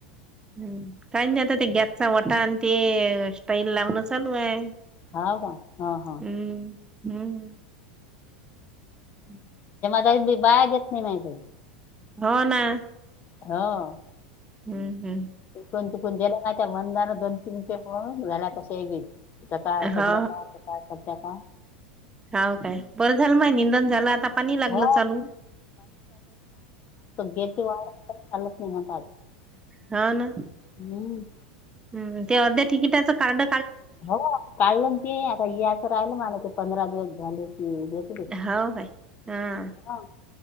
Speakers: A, on the right; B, on the left.
A: हम्म काही नाही आता ते गॅसचा कटा आणि ते स्टाईल लावणं चालू आहे
B: हा का हा हा
A: हम्म हम्म हम्
B: ी बाॅग घेत नाही माहित
A: हो ना
B: हा
A: हम्म हम्म
B: कोण तिकण गेल्या नाहीहि त्या म जाान दोन तीन पेप झाल्या तस एग सकाळ
A: हो
B: संध्याकाळ सकाळ सध्या काळ
A: हा काय बरं झालं माय निंदन झालं आता पाणी लागलं
B: हो
A: चालू
B: गे तेवार चालत नाही आता आज
A: हा ना
B: हम्
A: हम्म ते अर्ध्या तिकीटाचं कारड
B: हो काढलं ते आता याचं राहिल मला ते पंधरा दिवस झाले की देते ते
A: हो काय हम
B: हा